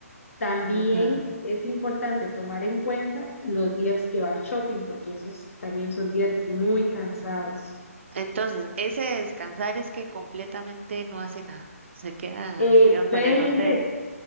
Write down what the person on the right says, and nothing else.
Ajá.
Entonces, ese descansar es que completamente no hace nada. <laughs> Se queda,
digamos,
en el
hotel.